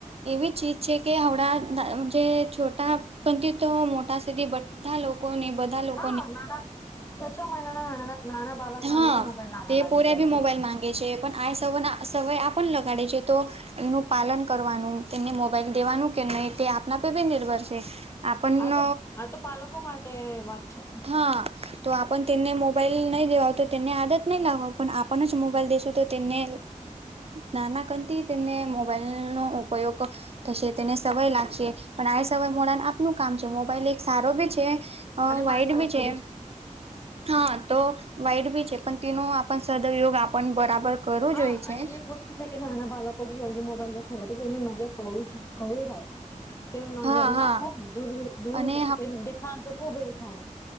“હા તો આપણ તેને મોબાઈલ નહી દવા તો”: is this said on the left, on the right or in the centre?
Right